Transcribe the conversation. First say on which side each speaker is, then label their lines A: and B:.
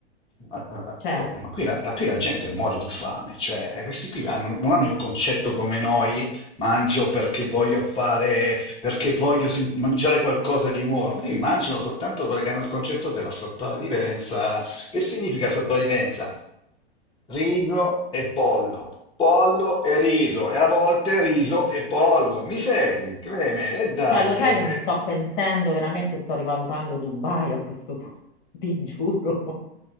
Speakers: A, on the left; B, on the left.
A: ah, ah,
B: C'è?
A: ascolta, Ma qui la, la- qui la gente muore di fame, cioè eh, questi qui hanno- non hanno il concetto come noi, mangio perché voglio fare, perché voglio sen- mangiare qualcosa di buono, quindi mangiano soltanto perché hanno il concetto della sopravvivenza. Che significa sopravvivenza? Riso e pollo, pollo e riso, e a volte riso e pollo. Mi segui, Creme? E dai,
B: Cioè, lo sai
A: eh,
B: che mi sto pentendo, veramente sto rivalutando Dubai a questo punto, <laughs> ti giuro.